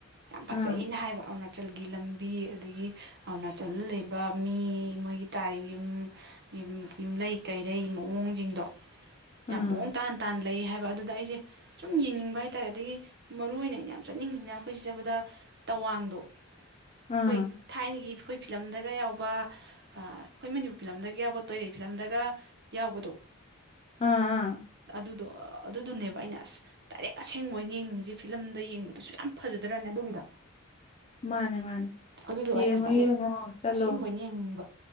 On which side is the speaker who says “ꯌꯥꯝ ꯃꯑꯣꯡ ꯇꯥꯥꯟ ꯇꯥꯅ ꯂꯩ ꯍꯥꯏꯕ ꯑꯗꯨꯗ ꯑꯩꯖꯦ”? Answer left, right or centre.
Right